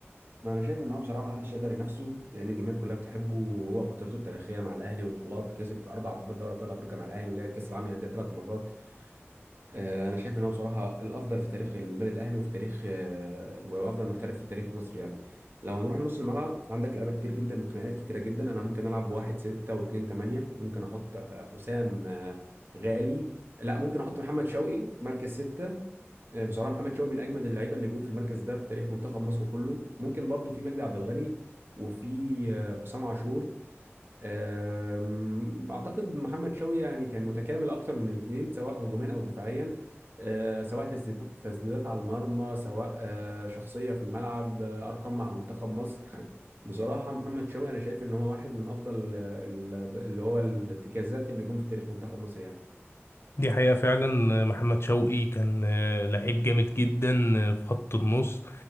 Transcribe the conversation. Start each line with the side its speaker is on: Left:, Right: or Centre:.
Right: ما انا شايف ان هو بصراحه ما حدش يقدر ينافسه لان الجماهير كلها بتحبه وهو فترته التاريخيه مع الاهلي وبطولات كسب اربع بطولات دوري ابطال افريقيا مع الاهلي ولعب كاس العالم للانديه ثلاث مرات آه، انا شايف ان هو بصراحه الافضل في تاريخ النادي الاهلي وفي تاريخ آه، وافضل محترف في تاريخ مصر يعني لو هنروح لنص الملعب عندك لعيبه كتير جدا وخناقات كتيره جدا انا ممكن العب بواحد ستة واتنين تمانية ممكن احط آه، حسام آه، غالي لا ممكن احط محمد شوقي مركز ستة آه، بصراحه محمد شوقي من اجمد اللعيبه اللي جم في المركز ده في تاريخ منتخب مصر كله ممكن برضو في مجدي عبد الغني وفي آه، حسام عاشور أم، اعتقد محمد شوقي يعني كان متكامل اكتر من الاثنين سواء هجوميا او دفاعيا أه، سواء تسديدات تسديدات على المرمى سواء أه، شخصيه في الملعب أه، ارقام مع منتخب مصر <laughs> بصراحه محمد شوقي انا شايف ان هو واحد من افضل ال- ال- اللي هو الارتكازات اللي جم في تاريخ منتخب مصر يعني
Left: دي حقيقة فعلا محمد شوقي كان آه، لعيب جامد جدا آه، في خط النص